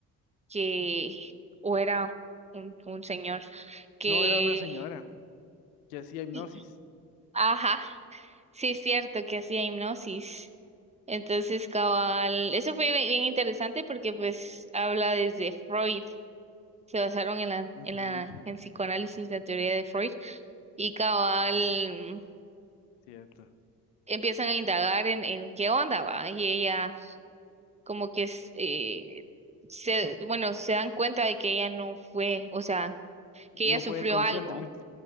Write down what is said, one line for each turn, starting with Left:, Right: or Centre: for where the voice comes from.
Right: que, o era un, un señor que,
Left: No era una señora que hacía hipnosis.
Right: Sí. ajá, sí es cierto que hacía hipnosis. Entonces, cabal, eso fue bien bien interesante porque pues habla desde Freud, se basaron en la,
Left: Ujú,
Right: en la, en psicoanálisis, la teoría de Freud. Y cabal,
Left: Cierto.
Right: empiezan a indagar en, en qué onda va y ella como que es, eh, se, bueno, se dan cuenta de que ella no fue, o sea,
Left: No
Right: que ella sufrió
Left: fue conscientemente.
Right: algo.